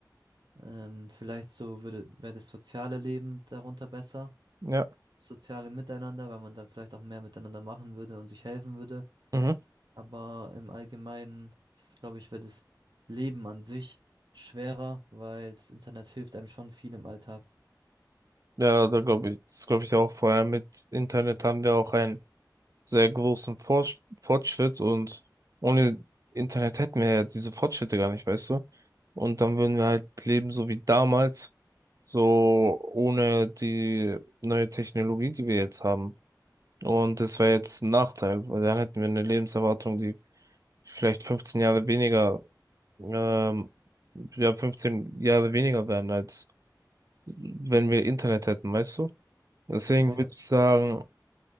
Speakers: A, on the right; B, on the right.
A: Ähm, vielleicht so würde, wäre das soziale Leben darunter besser.
B: Ja.
A: Soziale Miteinander, weil man dann vielleicht auch mehr miteinander machen würde und sich helfen würde.
B: Mhm.
A: Aber im Allgemeinen, glaube ich, wird das Leben an sich schwerer, weil das Internet hilft einem schon viel im Alltag.
B: Ja, da glaube ich, das glaube ich auch. Vor allem mit Internet haben wir auch einen sehr großen Forsch- Fortschritt und ohne Internet hätten wir ja diese Fortschritte gar nicht, weißt du? Und dann würden wir halt leben so wie damals, so ohne die neue Technologie, die wir jetzt haben. Und das wäre jetzt ein Nachteil, weil dann hätten wir eine Lebenserwartung, die vielleicht 15 Jahre weniger, ähm, ja, 15 Jahre weniger wären, als wenn wir Internet hätten, weißt du? Deswegen
A: Ja,
B: würde ich sagen,